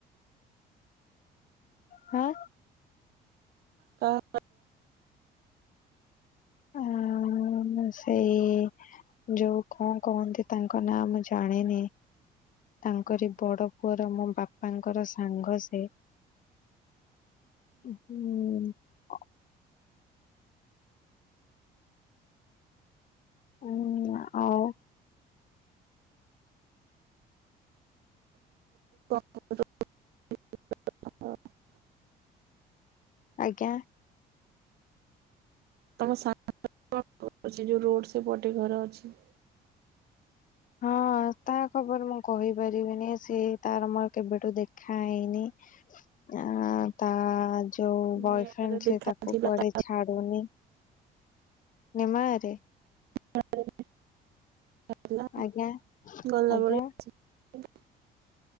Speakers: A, on the left; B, on the right.
A: ହଁ
B: ତ <unintelligible>
A: ଆହା ହୁ ସେଇ ଯୋଉ କଣ କହନ୍ତି ତାଙ୍କ ନାଁ ମୁଁ ଜାଣିନି ତାଙ୍କରି ବଡ଼ ପୁଅର ମୋ ବାପାଙ୍କର ସାଙ୍ଗ ସେ ହୁଁ ହୁଁ ନା ଆଉ
B: <unintelligible>
A: ଆଜ୍ଞା
B: ତମ ସା ଅ ଯୋଉ ରୋଡ ସେ ପଟେ ଘର ଅଛି।
A: ହଁ ତା ଖବର ମୁଁ କହି ପାରିବିନି ସେ ତାର ମୋର କେବେଠୁ ଦେଖା ହେଇନି ଆ ତା ଯୋଉ ବୟଫ୍ରେଣ୍ଡ
B: ମେଳାରେ ଦେଖାଥିଲା
A: ସେ ତାକୁ କୁଆଡେ
B: ତା
A: ଛାଡୁନି ନିମାରେ
B: <unintelligible> ଭଲ ଆଉ
A: ଆଜ୍ଞା
B: ଗୋଲାବୁଡ଼ି
A: ଆଜ୍ଞା
B: <unintelligible>